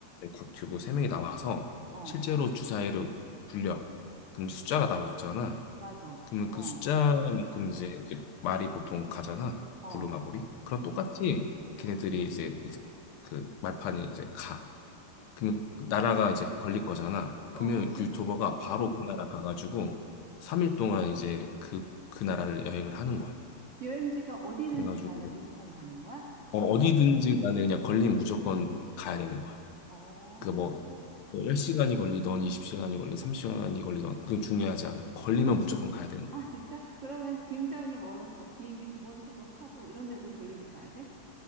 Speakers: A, on the left; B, on the right.
A: 국튜브 세명이 나와서
B: 어,
A: 실제로 주사위를 굴려. 그럼 숫자가 나오잖아.
B: 맞아.
A: 그러면 그
B: 어,
A: 숫자만큼 이제 이제 말이 보통 가잖아.
B: 어,
A: 부루마블이. 그럼 똑같이 걔네들이 이제, 이제 그 말판이 이제 가. 그러면 나라가 이제 걸릴 거잖아. 그러면
B: 어, 그치?
A: 그 유튜버가 바로 그 나라 가가지고 3일 동안 이제 그, 그 나라를 여행을 하는 거야.
B: 여행지가 어디든지
A: 그래가지고
B: 간에 무조건 가는 거야?
A: 어, 어디든지 간에 그냥 걸리면 무조건 가야 되는 거야.
B: 어.
A: 그뭐 10시간이 걸리던 20시간이 걸리던 30시간이 걸리던 그건 중요하지 않아. 걸리면 무조건 가야 되는 거야.
B: 아, 진짜? 그러면 굉장히 멀어서 막 비행기 두 번, 세 번 타고 이런 데도 걸리면 가야 돼?